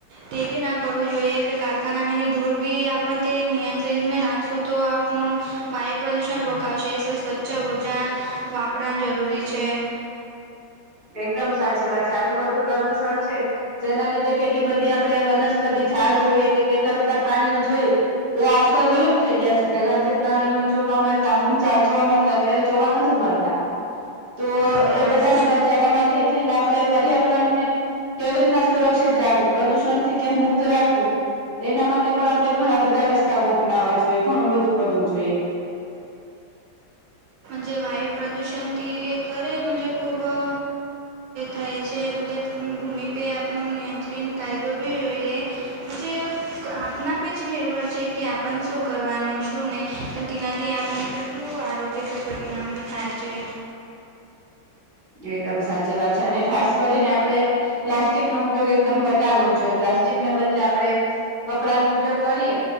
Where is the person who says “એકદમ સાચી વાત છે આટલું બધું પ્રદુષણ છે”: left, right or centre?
Right